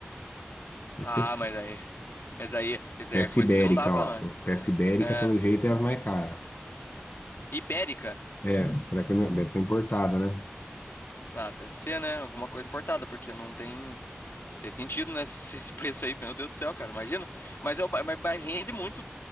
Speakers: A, on the left; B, on the left.
A: deve
B: Ah,
A: ser
B: mas aí. Essa aí, essa
A: peça
B: aí é coisa
A: ibérica,
B: que não dá pra
A: ó.
B: nós.
A: Peça ibérica,
B: É.
A: pelo jeito, é as mais caras.
B: Ibérica.
A: É, será que não- deve ser importada, né?
B: Ah, deve ser, né? Alguma coisa importada, porque não tem, tem sentido, né? <laughs> Esse, esse esse preço aí, meu Deus do céu, cara, imagina. Mas, é o ba- mas, mas rende muito,